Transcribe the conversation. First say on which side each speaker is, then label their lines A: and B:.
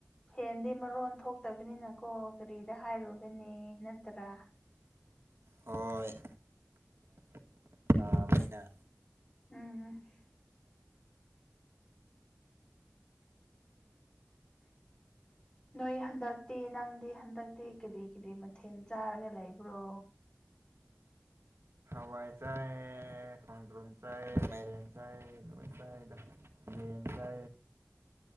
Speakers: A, on the left; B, on the right.
A: ꯐꯦꯟꯗꯤ ꯃꯔꯣꯟ ꯊꯣꯛꯇꯕꯅꯤꯅꯀꯣ ꯀꯔꯤꯗ ꯍꯥꯏꯔꯨꯒꯅꯤ ꯅꯠꯇ꯭ꯔꯥ
B: ꯍꯣꯏ ꯃꯥꯕꯩꯅ
A: ꯎꯝ <inaudible> ꯅꯣꯏ ꯍꯟꯗꯛꯇꯤ ꯅꯪꯗꯤ ꯍꯟꯗꯛꯇꯤ ꯀꯔꯤ ꯀꯔꯤ ꯃꯊꯦꯜ ꯆꯥꯔꯒ ꯂꯩꯕ꯭ꯔꯣ
B: ꯍꯋꯥꯏ ꯆ ꯈꯟꯗ꯭ꯔꯨꯝ ꯆꯥꯏ ꯃꯥꯏꯔꯦꯟ ꯆꯥꯏꯏ ꯆ ꯌꯦꯐ